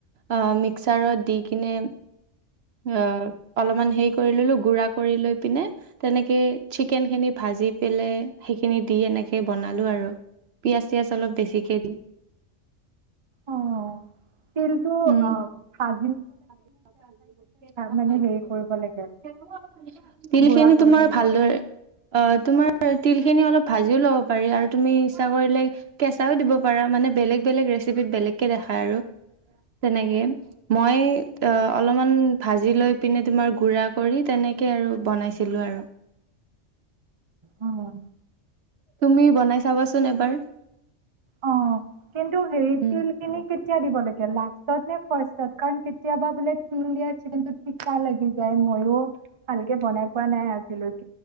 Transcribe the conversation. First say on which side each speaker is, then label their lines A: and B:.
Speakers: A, on the right; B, on the right.
A: অ' মিক্সাৰত দি কিনে অ' অলপমান হে কৰি ললোঁ । গুৰা কৰি লৈ পিনে, তেনেকে চিকেনখিনি ভাজি পেলাই সেইখিনি দি এনেকে বনালোঁ আৰু। পিয়াজ- টিয়াজ অলপ বেছিকে দি।
B: অ, তিলটো
A: উম,
B: অ' খাম
A: <inaudible>
B: মানে হেৰি কৰিব লাগে
A: তিলখিনি
B: গুড়া কৰিব
A: তোমাৰ
B: লাগে?
A: ভালদৰে অ' তোমাৰ তিল খিনি অলপ ভাজিও ল'ব পাৰি। আৰু তুমি ইচ্ছা কৰিলে কেঁচাও দিব পাৰা । মানে বেলেগ - বেলেগ ৰেচিপিত বেলেগকে দেখাই আৰু, তেনেকে । মই অ'- অলপমান ভাজি লৈ পিনে তোমাৰ গুৰা কৰি তেনেকে আৰু বনাইছিলোঁ আৰু।
B: উম
A: তুমি বনাই চাবাচোন এবাৰ।
B: অ', কিন্তু হেৰি
A: উম।
B: তিলখিনি কেতিয়া দিব লা লাষ্টত নে ফাৰ্ষ্টত? কাৰণ কেতিয়াবা বোলে তিল দিয়া চিকেনটোত তিতা লাগি যায় । ময়ো ভালকে বনাই পোৱা নাই আজি হেল্ল'?